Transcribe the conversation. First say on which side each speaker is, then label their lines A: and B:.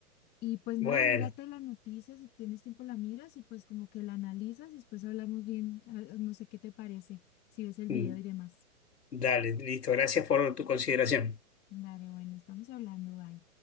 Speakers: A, on the left; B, on the left.
A: Y pues
B: Bueno,
A: nada, mírate la noticia, si tienes tiempo la miras y pues como que la analizas y después hablamos bien, ah, ah, no sé qué te parece, si ves el
B: mm,
A: video y demás.
B: dale, listo. Gracias por tu consideración.
A: Dale, bueno, estamos hablando, bye.